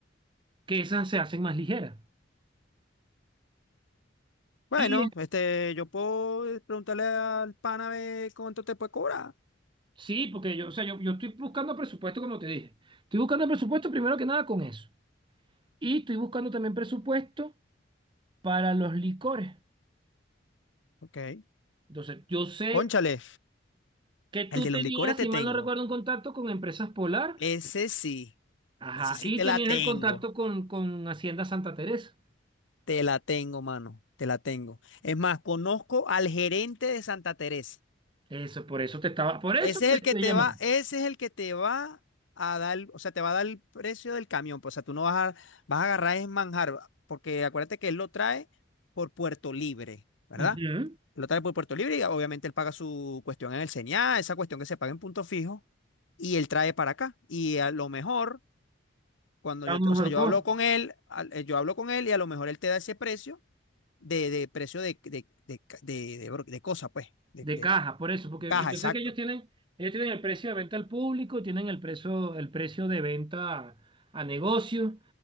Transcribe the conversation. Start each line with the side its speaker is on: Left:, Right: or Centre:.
Right: Que esas se hacen más ligeras.
Left: Bueno,
Right: Y
Left: este, yo puedo preguntarle al pana a ver cuánto te puede cobrar.
Right: sí, porque yo, o sea, yo, yo estoy buscando presupuesto, como te dije. Estoy buscando presupuesto primero que nada con eso. Y estoy buscando también presupuesto para los licores.
Left: Ok.
Right: Entonces, yo sé
Left: Cónchale,
Right: que tú
Left: el de
Right: tenías,
Left: los licores te
Right: si
Left: tengo.
Right: mal no recuerdo, un contacto con Empresas Polar.
Left: Ese sí,
Right: Ajá,
Left: ese sí
Right: y
Left: te
Right: tenías
Left: la tengo.
Right: el contacto con, con Hacienda Santa Teresa.
Left: Te la tengo, mano, te la tengo. Es más, conozco al gerente de Santa Teresa.
Right: Eso, por eso te estaba, por eso
Left: Ese
Right: te
Left: es el
Right: estoy
Left: que te
Right: llamando.
Left: va, ese es el que te va a dar, o sea, te va a dar el precio del camión. Pues, o sea, tú no vas a, vas a agarrar es manjar, porque acuérdate que él lo trae por Puerto Libre, ¿verdad?
Right: Ujú.
Left: Lo trae por Puerto Libre y obviamente él paga su cuestión en el señal, esa cuestión que se paga en punto fijo, y él trae para acá. Y a lo mejor, cuando
Right: A
Left: yo,
Right: un
Left: te- o
Right: mejor
Left: sea, yo
Right: costo
Left: hablo con él, al- eh, yo hablo con él y a lo mejor él te da ese precio de, de precio de, de, de, de, de bro- de cosa, pues, de,
Right: de
Left: de-
Right: caja, por eso, porque
Left: de caja,
Right: yo
Left: exacto,
Right: sé que ellos tienen, ellos tienen el precio de venta al público, tienen el precio, el precio de venta a, a negocio,